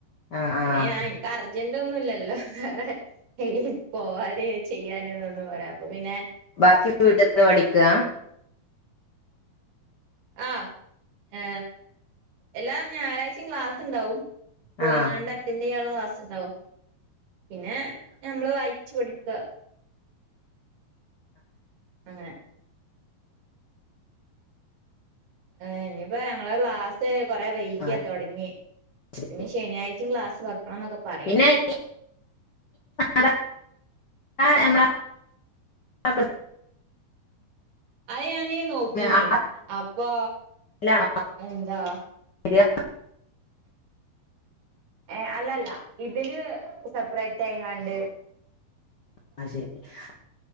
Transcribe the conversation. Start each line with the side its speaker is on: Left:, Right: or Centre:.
Left: ആഹ്
Right: ഇന്നെ
Left: ആഹ്
Right: <unintelligible> ആർജന്റു ഒന്നുംല്ലല്ലോ വേറെ പോവാനെ ചെയ്യാന എന്നൊന്നും പരാ അപ്പൊ പിന്നെ
Left: ബാക്കി വീട്ടിൽന്ന് പഠിക്കാ
Right: ആഹ് ഏ എല്ലാ ഞായറാഴ്ചയും ക്ലാസ് ണ്ടാവും പോയിങ്ങാണ്ട്
Left: ആഹ്
Right: അറ്റൻ <unintelligible> ക്ലാസ് ഉണ്ടാവും പിന്നെ നമ്മള് വായിച്ചു പടിക്ക അങ്ങനെ എ ഇനിയിപ്പോ ഞങ്ങള ഗ്ളാസ് കൊറെ വൈകിയാ
Left: ആഹ്
Right: തൊടങ്ങിയെ
Left: ശരി
Right: പിന്നെ ശനിയാഴ് ചിം ഗ്ലാസ് വ മാന്നൊക്കെ പറയണ്ട്
Left: പിന്നെ ഈ സാധാരണ <inaudible>
Right: അയ് ഞാൻ നീ നോക്കീനി
Left: ആ
Right: അപ്പൊ
Left: ടൈമിലാണോ
Right: എന്താ
Left: വരിക
Right: ഏ അല്ലല്ല ഇതിന് സെപ്പറേറ്റ് തേങ്ങാണ്ട്
Left: <unintelligible>